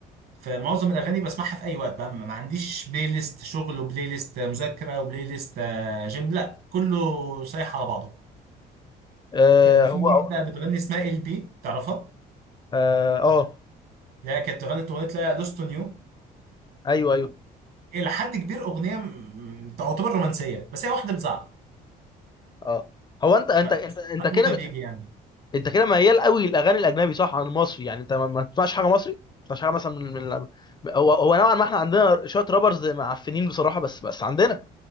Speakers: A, on the right; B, on the left.
A: فمعظم الاغاني بسمعها في اي وقت بقى ما ما عنديش بلاي ليست شغل وبلاي ليست مذاكره وبلاي ليست آه، جيم لا كله سايح على بعضه
B: آه،
A: كان في
B: هو
A: واحده بتغني اسمها ال بي تعرفها
B: اه آه،
A: اللي هي كانت غنت اغنيه لا لوست اون يو
B: ايوه ايوه
A: الى حد كبير اغنيه م- تعتبر رومانسيه بس هي واحده بتزعق
B: اه هو انت انت
A: فساعات
B: انت انت كده
A: موتها
B: بتحب
A: بيجي يعني
B: انت كده ميال قوي للاغاني الاجنبي صح عن المصري يعني انت ما ما تسمعش حاجه مصري ما تسمعش حاجه مثلا من من هو هو نوعا ما احنا عندنا شويه رابرز معفنين بصراحه بس بس عندنا